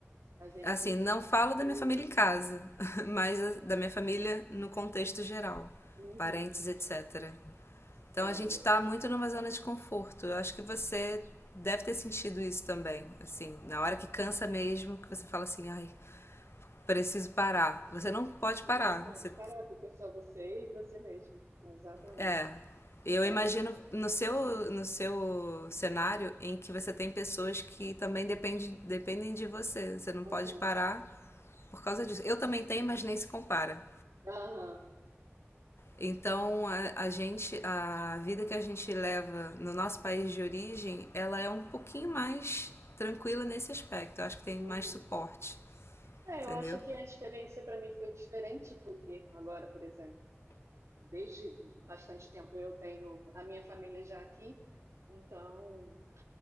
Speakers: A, on the right; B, on the left.
A: A gente
B: Assim,
A: sempre
B: não falo
A: tem apoio,
B: da minha família
A: né?
B: em casa, <laughs> mas da minha família no contexto geral,
A: Uhum.
B: parentes, etc. Então
A: É,
B: a gente
A: verdade.
B: tá muito numa zona de conforto. Eu acho que você deve ter sentido isso também. Assim, na hora que cansa mesmo, que você fala assim, ai, preciso parar. Você não pode parar.
A: Não pode
B: Você
A: parar, porque é só você e você mesmo. Exatamente.
B: É. Eu
A: É.
B: imagino no seu, no seu cenário em que você tem pessoas que também depende, dependem de você. Você não
A: Uhum.
B: pode parar por causa disso. Eu também tenho, mas nem se compara.
A: Aham.
B: Então a, a gente, a vida que a gente leva no nosso país de origem, ela é um pouquinho mais tranquila nesse aspecto. Eu acho que tem
A: Uhum.
B: mais suporte,
A: É,
B: entendeu?
A: eu acho que a experiência para mim foi diferente, porque agora, por exemplo, desde bastante tempo eu tenho a minha família já aqui, então